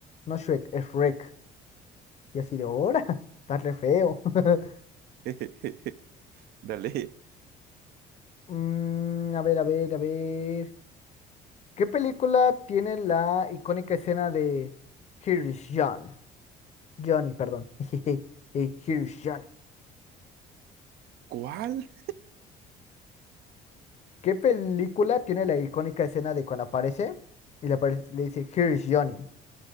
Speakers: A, on the left; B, on the right.
A: no Shrek, es Shrek. Y así de, ahora, <laughs> está re feo. <laughs>
B: <laughs> Dale.
A: Mm, a ver, a ver, a ver. ¿Qué película tiene la icónica escena de Here is John? Johnny, perdón. <laughs> Jejeje, Eh, Here is Johnny.
B: ¿Cuál?
A: ¿Qué película tiene la icónica escena de cuando aparece y le, apare- le dice Here is Johnny?